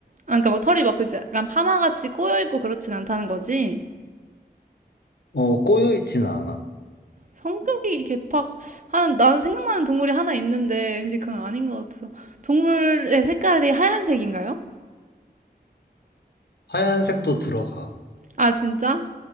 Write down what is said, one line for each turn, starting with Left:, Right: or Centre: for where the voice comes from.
Right: 아, 그러니까 막 털이 막 그지? 약간 파마같이 꼬여있고 그렇진 않다는 거지?
Left: 어, 꼬여있진 않아.
Right: 성격이 개팍, 한, 나는 생각나는 동물이 하나 있는데 왠지 그건 아닌 것 같아서. 동물의 색깔이 하얀색인가요?
Left: 하얀색도 들어가.
Right: 아, 진짜?